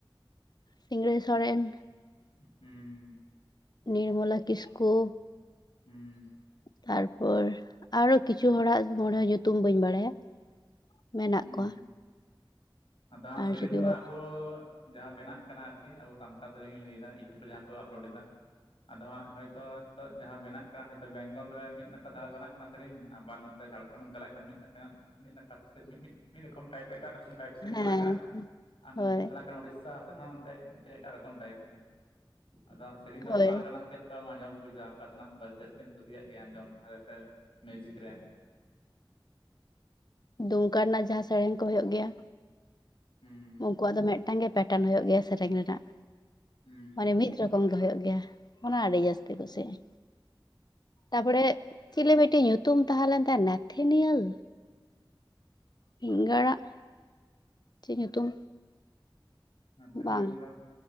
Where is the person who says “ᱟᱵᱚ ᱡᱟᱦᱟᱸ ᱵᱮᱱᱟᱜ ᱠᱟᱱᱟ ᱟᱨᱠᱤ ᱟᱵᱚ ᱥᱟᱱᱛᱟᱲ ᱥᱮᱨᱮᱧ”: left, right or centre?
Left